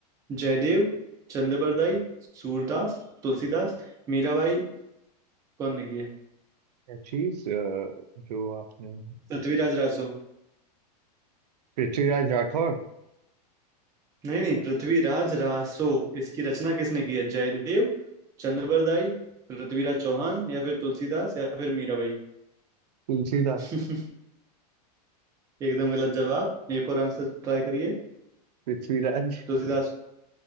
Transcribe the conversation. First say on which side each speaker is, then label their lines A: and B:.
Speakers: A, on the right (about 15°); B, on the right (about 75°).
A: जयदेव चंद्रबरदाई सूरदास तुलसीदास मीराबाई कौन ने की है
B: चीज जो आपने
A: पृथ्वीराज रासो
B: पृथ्वीराज राठौर
A: नहीं नहीं पृथ्वीराज रासो इसकी रचना किसने की है जयदेव चंद्रबरदाई पृथ्वीराज चौहान या फिर तुलसीदास या फिर मीराबाई
B: तुलसीदास
A: <laughs> एकदम गलत जवाब एक और आंसर ट्राई करिए
B: पृथ्वीराज
A: तुलसीदास